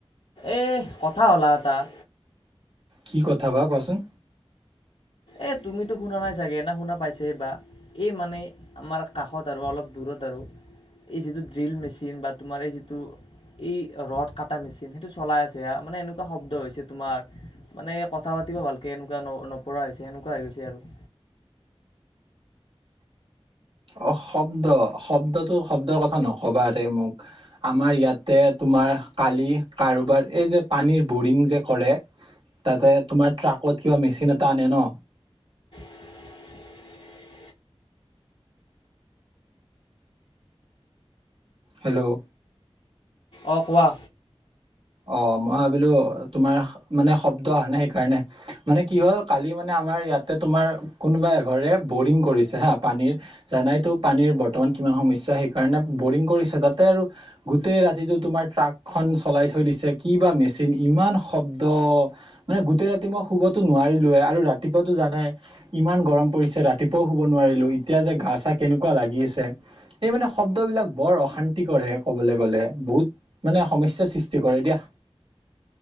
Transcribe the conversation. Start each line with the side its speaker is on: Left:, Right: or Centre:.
Left: এ কথা হ'লা তাৰ
Right: কি কথা বা কোৱাচোন?
Left: এ তুমিতো শুনা নাই চাগে ন শুনা পাইছে বা, এই মানে আমাৰ কাষত আৰু অলপ দূৰত আৰু এই যিটো ড্ৰিল মেচিন বা তোমাৰ এই যিটো এই ৰদ কাটা মেচিন সেইটো চলাই আছে হা মানে এনেকুৱা শব্দ হৈছে তোমাৰ মানে কথা পাতিব ভালকে এনেকুৱা ন নপৰা হৈছে এনেকুৱা হৈ গৈছে আৰু <inaudible>
Right: অ শব্দ শব্দটো শব্দৰ কথা নকবা দে মোক আমাৰ ইয়াতে তোমাৰ কালি কাৰোবাৰ এই যে পানীৰ বৰিং যে কৰে তাতে তোমাৰ ট্ৰাকত কিবা মেচিন এটা আনে ন?
Left: <unintelligible>
Right: হেল্ল'?
Left: অ কোৱা?
Right: অ মই ভাবিলো তোমাৰ মানে শব্দ অহা নাই সেইকাৰণে মানে কি হল কালি মানে আমাৰ ইয়াতে তোমাৰ কোনোবা এঘৰে বৰিং কৰিছে হা পানীৰ জানাইতো পানীৰ বৰ্তমান কি কিমান সমস্যা সেইকাৰণে বৰিং কৰিছে, তাতে আৰু গোটেই ৰাতিটো তোমাৰ ট্ৰাকখন চলাই থা থৈ দিছে কি বা মেচিন ইমান শব্দ মানে গোটেই ৰাতি মই শুবতো নোৱাৰিলোৱে আৰু ৰা ৰাতিপুৱাতো জানাই ইমান গৰম পৰিছে ৰাতিপুৱাও শুব নোৱাৰিলো এতিয়া যে গা চা কেনেকুৱা লাগি আছে? এই মানে শব্দবিলাক বৰ অশান্তি কৰেহে ক'বলৈ গলে বহুত মানে সমস্যা সৃষ টি কৰে দিয়া।